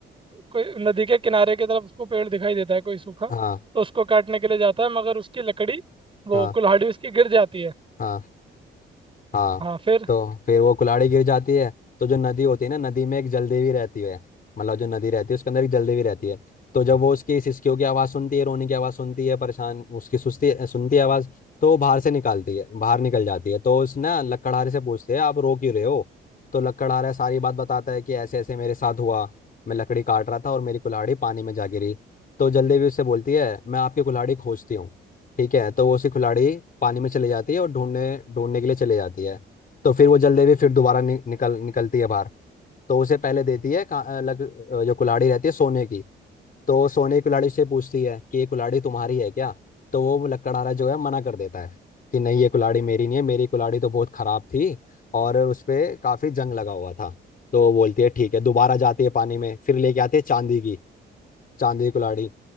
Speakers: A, on the right; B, on the left.
A: कोई नदी के किनारे की तरफ उसको पेड़ दिखाई देता है कोई सूखा
B: हाँ
A: तो उसको काटने के लिए जाता है मगर उसकी लकड़ी वो
B: हाँ
A: कुल्हाड़ी उसकी गिर जाती है
B: हाँ हाँ
A: हाँ फिर
B: तो फिर वो कुल्हाड़ी गिर जाती है तो जो नदी होती है ना नदी में एक जलदेवी रहती है मतलब जो नदी रहती है उसके अंदर एक जलदेवी रहती है तो जब वो उसकी सिसकियों की आवाज़ सुनती है रोने की आवाज़ सुनती है परेशान उसकी सुस्ती सुनती है आवाज़ तो वो बाहर से निकालती है बाहर निकल जाती है तो उस ना लकड़हारे से पूछते हैं आप रो क्यों रहे हो तो लकड़हारा सारी बात बताता है कि ऐसे ऐसे मेरे साथ हुआ मैं लकड़ी काट रहा था और मेरी कुल्हाड़ी पानी में जा गिरी तो जलदेवी उससे बोलती है मैं आपकी कुल्हाड़ी खोजती हूँ ठीक है तो वो उसकी खिलाड़ी पानी में चली जाती है और ढूंढने ढूंढने के लिए चली जाती है तो फिर वो जल्दी भी फिर दोबारा नि, निकल निकलती है बाहर तो उसे पहले देती है का- अ, लग अ, जो कुल्हाड़ी रहती है सोने की तो सोने की कुल्हाड़ी से पूछती है कि ये कुल्हाड़ी तुम्हारी है क्या तो वो लकड़हारा जो है मना कर देता है कि नहीं ये कुल्हाड़ी मेरी नहीं है मेरी कुल्हाड़ी तो बहुत खराब थी और उस पे काफी जंग लगा हुआ था तो बोलती है ठीक है दोबारा जाती है पानी में फिर लेके आती है चांदी की चांदी की कुल्हाड़ी